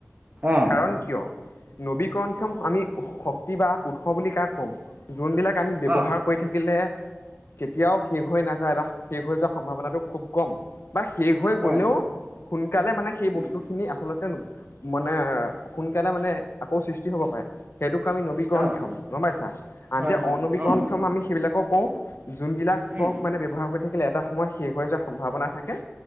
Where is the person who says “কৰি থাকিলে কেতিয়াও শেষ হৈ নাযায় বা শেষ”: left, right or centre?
Left